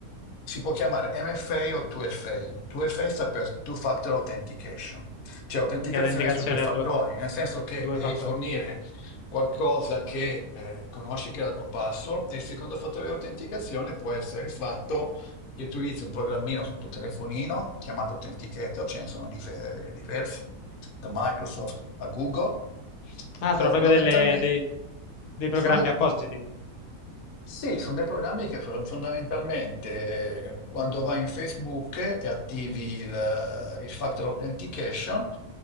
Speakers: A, on the left; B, on the left.
A: si può chiamare MFA o 2FA. 2FA sta per Two Factor Authentication, cioè autenticazione
B: quindi autenticazione
A: su due fattori,
B: a due,
A: nel senso che
B: due
A: devi
B: fattori.
A: fornire qualcosa che eh, conosci che è la tua password e il secondo fattore di autenticazione può essere il fatto che utilizzi un programmino sul tuo telefonino chiamato Authenticator, ce ne sono dife- diversi, da Microsoft a Google.
B: Ah,
A: Beh,
B: sono proprio
A: fondamentalmente
B: delle, dei, dei programmi
A: sono, dei
B: appositi.
A: sì, sono dei programmi che fon- fondamentalmente eh, quando vai in Facebook e attivi il, il Factor Authentication,